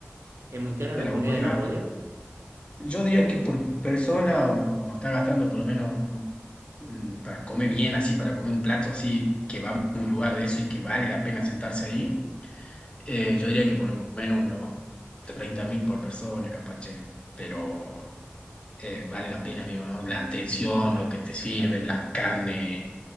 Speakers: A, on the right; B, on the left.
A: es muy cara la
B: De la
A: comida
B: bodega.
A: en las bodegas.
B: Yo diría que por persona vamos, vamos a estar gastando por lo menos mm, para comer bien así, para comer un plato así, que vamos a un lugar de eso y que vale la pena sentarse ahí. eh, yo diría que por lo menos unos treinta mil por persona, capache, pero eh, vale la pena, amigo, ¿no? La
A: Sí,
B: atención,
A: claro.
B: lo que te sirven, las carnes,